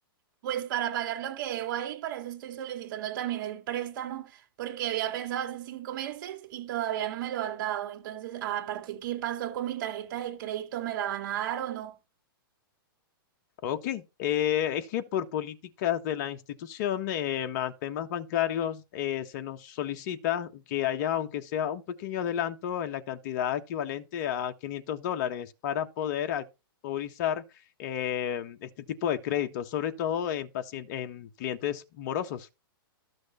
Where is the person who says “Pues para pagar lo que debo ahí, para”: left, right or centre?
Right